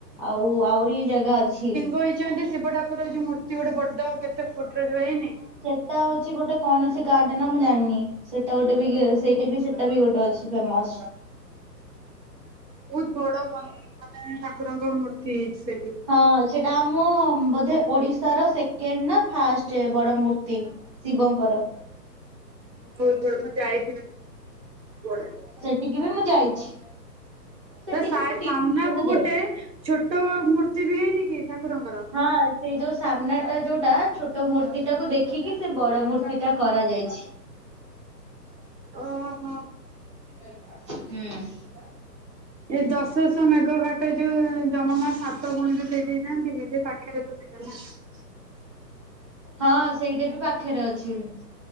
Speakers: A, on the right (about 20°); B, on the right (about 85°).
A: ଆଉ ଆହୁରି ଜାଗା ଅଛି।
B: ବଇଛନ୍ତି ଶିବ ଠାକୁର ଯୋଉ ମୂର୍ତ୍ତି ଗୋଟେ ବଡ କେତେ ଫୁଟ୍ ର ଯୋଉ ହେଇନି।
A: ସେଇଟା ହଉଛି ଗୋଟେ କୌଣସି ଗାର୍ଡ ନ ମୁଁ ଜାଣିନି। ସେଇଟା ଗୋଟେ ବି ସେଇଠି ବି ସେଟା ବି ଗୋଟେ ଅଛି ଫେମସ।
B: ବହୁତ ବଡ ମ ମାନେ ଠାକୁରଙ୍କ ମୂର୍ତ୍ତି ହେଇଛି ସେଠି।
A: ହଁ, ସେଟା ଆମ ବୋଧେ ଓଡିଶାର ସେକେଣ୍ଡ ନା ଫାଷ୍ଟେ ବଡ ମୂର୍ତ୍ତି। ଶିବଙ୍କର।
B: ବହୁତ ବଡ଼ ମୁଁ ଯାଇଥିଲି। <unintelligible>
A: ସେଠିକି ବି ମୁଁ ଯାଇଛି। ସେଠିକି
B: ତା ସାଇ
A: ମୁଁ ଦି
B: ସାମ୍ନାକୁ
A: ତିନି ଥର
B: ଗୋଟେ
A: ଯାଇଛି।
B: ଛୋଟ ମୂର୍ତ୍ତି ବି ହେଇନି କି ଠାକୁରଙ୍କର।
A: ହଁ ସେଇ ଯୋଉ ସାମ୍ନା ଟା ଯୋଉଟା ଛୋଟ ମୂର୍ତ୍ତି ଟାକୁ ଦେଖିକି ସେ ବଡ ମୂର୍ତ୍ତି ସେଟା କରାଯାଇଛି।
B: ଓହୋ।
A: ହୁଁ।
B: ଏଇ ଦଶଶହ ମେଘ ଘାଟ ଯୋଉ ଜମାମା ସାତ ଗୁଣିରୁ ଦେଇ ଦେଇ ନାହାନ୍ତି କି। ସେଇ ପାଖେରେ ତ <unintelligible>
A: ହଁ, ସେଇଟା ବି ପାଖରେ ଅଛି।